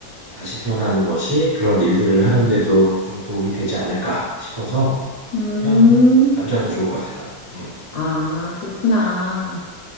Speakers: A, on the right; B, on the left.
A: 다시 태어나는 것이 그런 일들을 하는데도 좀 도움이 되지 않을까 싶어서
B: 음,
A: 그냥 남자가 더 좋을 것 같아 나. 음.
B: 아, 그렇구나.